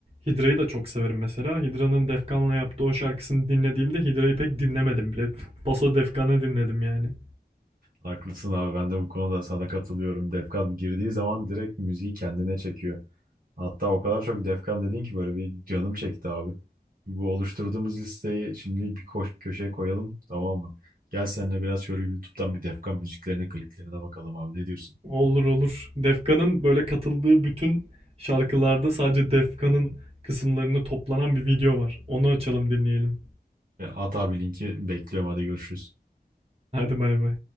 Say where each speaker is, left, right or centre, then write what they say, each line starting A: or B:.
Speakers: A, on the right; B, on the right.
A: Hydra'yı da çok severim mesela. Hydra'nın Defkan'la yaptığı o şarkısını dinlediğimde Hydra'yı pek dinlemedim bile. <laughs> Paso Defkan'ı dinledim yani.
B: Haklısın abi ben de bu konuda sana katılıyorum. Defkan girdiği zaman direkt müziği kendine çekiyor. Hatta o kadar çok Defkan dedin ki böyle bir canım çekti abi. Bu oluşturduğumuz listeyi şimdi bir koş köşeye koyalım tamam mı? Gel seninle biraz şöyle YouTube'dan bir Defkan müziklerine kliplerine bakalım abi ne diyorsun?
A: Olur olur. Defkan'ın böyle katıldığı bütün şarkılarda sadece Defkan'ın kısımlarını toplanan bir video var. Onu açalım dinleyelim.
B: E, At abi linki bekliyorum hadi görüşürüz.
A: Hadi bay bay.